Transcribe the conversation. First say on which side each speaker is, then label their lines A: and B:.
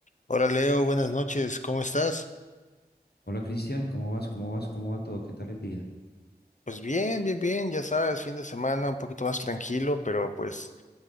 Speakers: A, on the left (about 45°); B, on the left (about 70°).
A: Hola Leo, buenas noches, ¿cómo estás?
B: Hola Cristian, ¿cómo vas? ¿Cómo vas? ¿Cómo va todo? ¿Qué tal el día?
A: Pues bien, bien, bien, ya sabes, fin de semana un poquito más tranquilo, pero pues